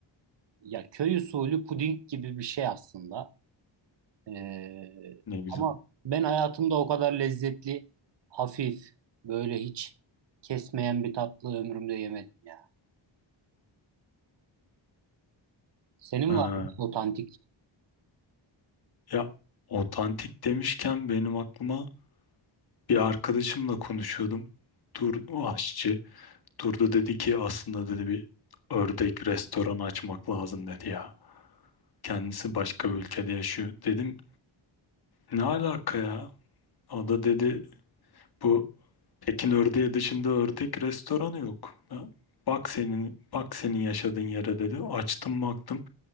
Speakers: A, on the right (about 60°); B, on the left (about 50°).
A: Ya köy usulü puding gibi bir şey aslında. Ee,
B: Ne güzel.
A: ama ben hayatımda o kadar lezzetli, hafif, böyle hiç kesmeyen bir tatlı ömrümde yemedim ya. Senin
B: Ha.
A: var mı otantik?
B: Ya otantik demişken benim aklıma bir arkadaşımla konuşuyordum. Tur o aşçı. Turda dedi ki aslında dedi bir ördek restoranı açmak lazım dedi ya. Kendisi başka bir ülkede yaşıyor. Dedim ne alaka ya? O da dedi bu Pekin ördeği dışında ördek restoranı yok. Ya, bak senin bak senin yaşadığın yere dedi. Açtım baktım.